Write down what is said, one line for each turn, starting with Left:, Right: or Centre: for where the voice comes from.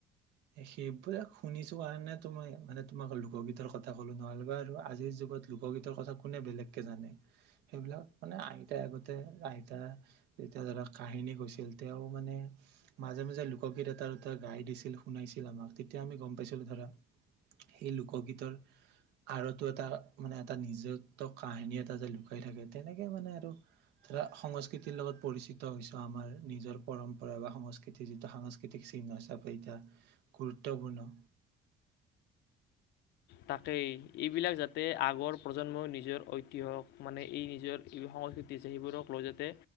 Right: সেইবিলাক শুনিছো কাৰণতো মই মানে তোমাক লোকগীতৰ কথা ক'লো নহ'লে বা আৰু আজিৰ যুগত লোকগীতৰ কথা কোনে বেলেগকে জানে সেইবিলাক মানে আইতাই আগতে আইতা যেতিয়া ধৰা কাহিনী কৈছিল তেওঁ মানে মাজে, মাজে লোকগীত এটা দুটা গাই দিছিল শুনাইছিল আমাক তেতিয়া আমি গম পাইছিলো ধৰা। সেই লোকগীতৰ আৰতো এটা মানে এটা নিজত্ব কাহিনী এটা যে লুকাই থাকে তেনেকে মানে আৰু ধৰা সংস্কৃতিৰ লগত পৰিচিত হৈছো আমাৰ নিজৰ পৰম্পৰা বা সংস্কৃতিৰ যিটো সাংস্কৃতিক চিহ্ন হিচাপে এতিয়া গুৰুত্বপূৰ্ণ।
Left: তাকেই এইবিলাক যাতে আগৰ প্ৰজন্মই নিজৰ ঐতিহ্যক মানে এই নিজৰ সংস্কৃতি সেইবোৰক লৈ যাতে